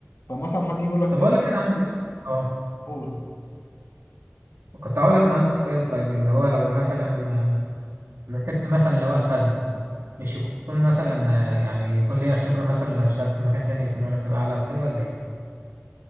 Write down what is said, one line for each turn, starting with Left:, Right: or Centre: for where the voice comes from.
Left: فمثلا حد يقول لك
Right: طب اقول لك انا عندي س- اه
Left: قول
Right: كنت هقول لك انا عندي سؤال طيب اللي هو لو مثلا آه، مسكت مثلا اللي هو الخزنه مش يكون مثلا آه، يعني يكون ليا خبرة مثلا لو اشتغلت في مكان تاني يكون الراتب أعلى أو كده ولا إيه؟